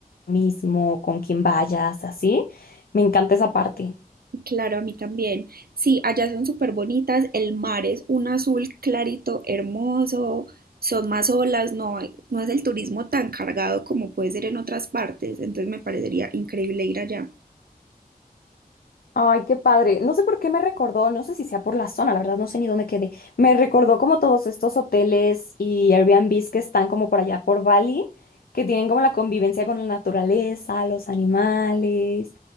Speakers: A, on the left (about 70°); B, on the right (about 75°).
A: mismo, con quien vayas, así. Me encanta esa parte.
B: claro, a mí también. Sí, allá son súper bonitas, el mar es un azul clarito, hermoso, son más olas, no, hay- no es el turismo tan cargado como puede ser en otras partes, entonces me parecería increíble ir allá.
A: Ay, qué padre. No sé por qué me recordó, no sé si sea por la zona, la verdad no sé ni dónde quedé. Me recordó como todos estos hoteles y Airbnbs que están como por allá por Bali, que tienen como la convivencia con la naturaleza, los animales,